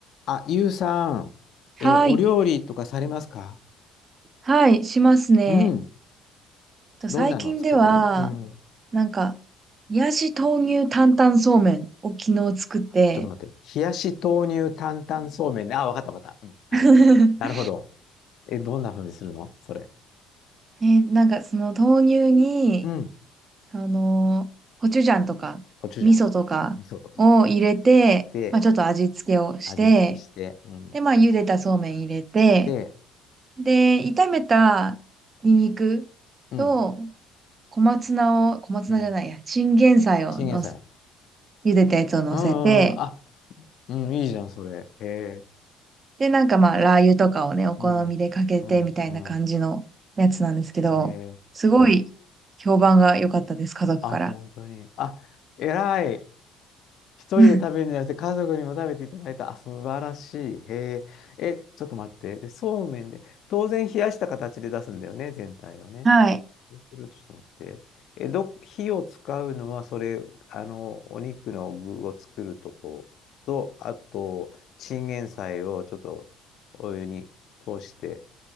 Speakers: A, on the left (about 60°); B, on the right (about 35°).
A: あ、ゆうさん、
B: はい。
A: えーお料理とかされますか
B: はい、しますね。
A: うん。
B: と最近では、
A: どんなのを作れるうん。
B: なんか、冷やし豆乳担々そうめんを昨日作って、
A: ちょっと待って。冷やし豆乳担々そうめんね。あ、わかったわかった。うん。はい。
B: <laughs>
A: なるほど。え、どんな風にするのそれ。
B: ね、なんかその豆乳に、
A: うん。
B: その、コチュジャンとか、
A: コチュジャン、
B: 味噌とかを入れて、
A: 味噌とか入れて、
B: まあちょっと味付けをして、
A: 味付けして、うん。
B: で、まあ茹でたそうめん入れて、
A: で、
B: で、炒めたニンニクと
A: うん。
B: 小松菜を、小松菜じゃないや、
A: うん。
B: チンゲン菜をのす、
A: チンゲン菜。
B: 茹でたやつを乗せて、
A: うんうんうん。あ、うん、いいじゃん、それ。へえ。
B: で、なんかまあ、ラー油とかをね、お好みでかけてみたいな感じのやつなんですけど、
A: うん。うん、うん。へえ。
B: すごい評判が良かったです、家族から。
A: あ、本当に。あ、偉い。一人で食べるんじゃなくて家族にも食べていただいた。
B: <laughs>
A: あ、素晴らしい。へえ。え、ちょっと待って。で、そうめんで、当然冷やした形で出すんだよね、全体をね。
B: はい
A: そうすると、ちょっと待って。え、ど、火を使うのは、それ、あの、お肉の具を作るとこと、あと、チンゲン菜をちょっとお湯に通して